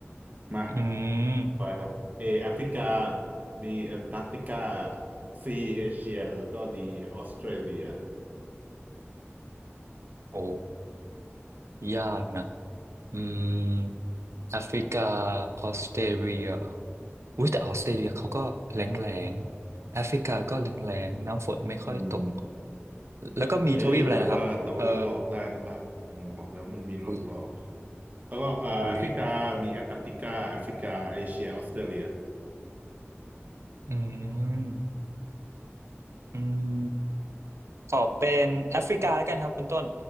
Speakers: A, on the right; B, on the right.
A: มา
B: อืม
A: ทอยครับ A แอฟริกา B แอนตาร์กติกา C เอเชียแล้วก็ D ออสเตรเลีย
B: โอ้ยากนะ อืมแอฟริกาออสเตรเลียอุ้ยแต่ออสเตรเลียเขาก็แล้งแล้งแอฟริกาก็แล้งแล้งน้ำฝนไม่ค่อยตก
A: อืม
B: แล้วก็มีทวีปอะไรนะครับเออ
A: เฮ้ยแต่ว่าแต่ว่ามันหลอกได้นะครับผมบอกแล้วมันมีหลอกหลอก
B: อุ้ย
A: แล้วก็อ่าแอฟริกามีแอนตาร์กติกาแอฟริกาเอเชียออสเตรเลีย
B: อุ้ยอืมอืมขอเป็นแอฟริกาแล้วกันครับคุณต้น